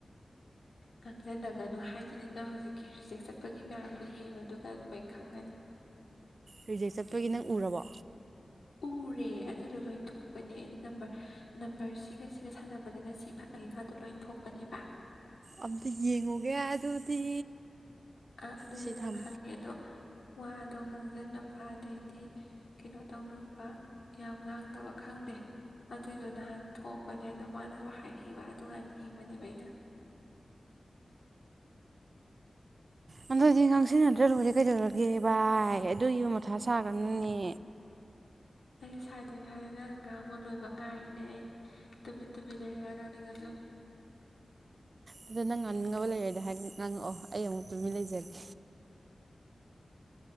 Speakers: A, on the left; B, on the right.
A: ꯀꯪꯁꯤꯟꯅꯒꯅꯨ ꯍꯥꯏꯗꯨꯗꯤ ꯅꯪ ꯍꯧꯖꯤꯛ ꯀꯤ ꯔꯤꯖꯦꯛ ꯆꯠꯄꯒꯤ ꯃꯌꯥꯝꯗꯨ ꯌꯦꯡꯉꯣ ꯑꯗꯨꯒ ꯂꯣꯏ ꯈꯪꯒꯅꯤ
B: ꯔꯤꯖꯦꯛ ꯆꯠꯄꯒꯤ ꯅꯪ ꯎꯔꯕꯣ
A: ꯎꯔꯦ ꯑꯗꯨꯗꯣ ꯂꯣꯏ ꯊꯣꯛꯄꯅꯦ ꯑꯩꯅ ꯅꯝꯕꯔ ꯅꯝꯕꯔ ꯁꯤꯒ ꯁꯤꯒ ꯁꯥꯟꯅꯕꯗꯅ ꯁꯤ ꯐꯪꯉꯤꯀꯥꯟꯗꯣ ꯂꯣꯏ ꯊꯣꯛꯄꯅꯦꯕ
B: ꯑꯝꯇ ꯌꯦꯡꯉꯨꯒꯦ ꯑꯗꯨꯗꯤ
A: ꯑꯥ ꯑꯗꯨꯏꯗꯨꯗ
B: ꯁꯤ ꯊꯝ
A: ꯈꯪꯅꯤ ꯑꯗꯣ ꯋꯥꯗꯣ ꯉꯥꯡꯖꯟꯅꯕ ꯑꯗꯩꯗꯤ ꯀꯩꯅꯣ ꯇꯧꯅꯕ ꯌꯥꯝ ꯉꯥꯡꯗꯕ ꯈꯪꯗꯦ ꯑꯗꯨꯏꯗꯣ ꯅꯍꯥꯟ ꯊꯣꯛꯄꯅꯦ ꯑꯗꯨ ꯃꯥꯅꯁꯨ ꯍꯥꯏꯔꯤꯕꯛꯏꯕ ꯑꯗꯨꯀꯥꯟ ꯌꯦꯡꯕꯅꯦꯕ ꯑꯩꯅ
B: ꯎꯝ ꯑꯗꯨꯗꯤ ꯉꯥꯡꯁꯤꯟꯅꯗ꯭ꯔ ꯂꯣꯏꯔꯦ ꯀꯩꯗꯧꯔꯒꯦ ꯚꯏ ꯑꯗꯨꯒꯤ ꯃꯊꯥ ꯁꯥꯒꯅꯨꯅꯦ
A: ꯑꯩ ꯁꯥꯗꯦ ꯁꯥꯗꯦ ꯅꯪ ꯉꯥꯡꯕ ꯂꯣꯏꯕ ꯉꯥꯏꯔꯤꯅꯦ ꯑꯩ ꯇꯨꯃꯤꯠ ꯇꯨꯃꯤꯠ ꯂꯩꯔꯒ ꯉꯥꯡꯅꯤꯡꯉꯁꯨ
B: ꯑꯗꯨ ꯅꯪ ꯉꯥꯡꯅꯤꯡꯉꯕ ꯂꯩꯔꯗꯤ ꯍꯥꯏ ꯉꯪꯉꯛꯑꯣ ꯑꯩ ꯑꯃꯨꯛ ꯇꯨꯃꯤꯟ ꯂꯩꯖꯒꯦ